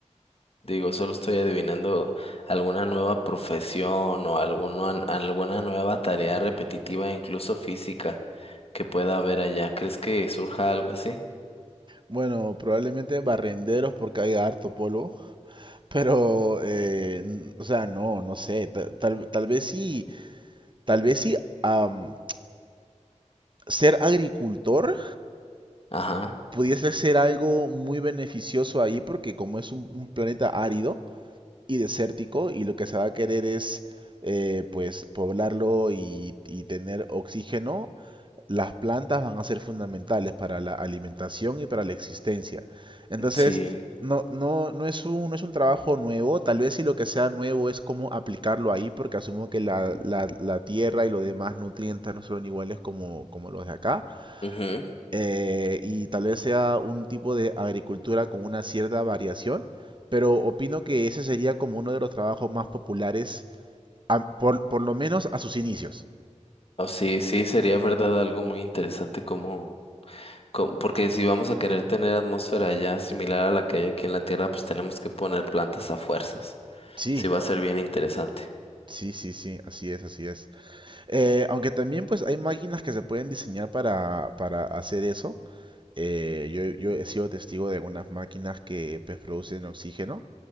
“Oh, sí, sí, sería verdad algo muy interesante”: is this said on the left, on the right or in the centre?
Left